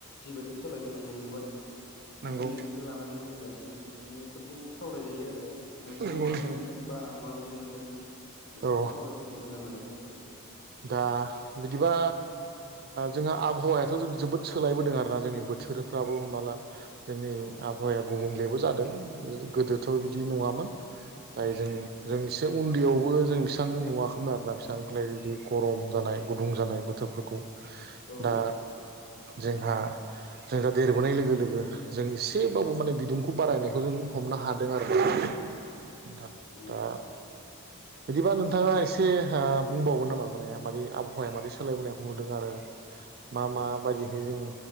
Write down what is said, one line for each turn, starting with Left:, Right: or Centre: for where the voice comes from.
Left: जिबायदि सोलायबोनाय जों नुबाय
Right: नंगौ
Left: शउन्दैनिफ्राय लानानै नै दासिम माने बेफोरखौ सावरायजायो आरो नोंथाङा
Right: नंगौ नोंथां
Left: माबायदि मोनदों बा आं माबायदि मोनदों बेफोरखौ
Right: औ
Left: सावरायायनाय मोजां आरो बिसोरो
Right: दा बिदिबा जोंहा आबहावायाथ' जोबोद सोलायबोदों आरोना जोंनि बोथोरफ्राबो हमनाला जोंनि
Left: औ
Right: आबहावाया गुबुंलेबो जादों गोदोथ' बिदि नङामोन ओमफ्राय
Left: औ
Right: जों जों एसे उन्दैयावबो जों बेसिबां नुवा खालामो आरोना बेसिबांफ्रायाय जुदि गरम जानाय गुदुं जानाय बोथोरफोरखौ
Left: औ
Right: दा जोंहा जों दा देरबोनाय लोगो लोगो जों एसेबाबो माने बिदुंखौ बारायनायखौ जों हमनो हादों आरो नोंथां
Left: नंगौ
Right: दा बिदिबा नोंथाङा एसे ओ बुंबावगोन नामा? माने मारै आबहावाया मादै सोलायबोनायखौ नुदों आरो मा मा बायदिहै जों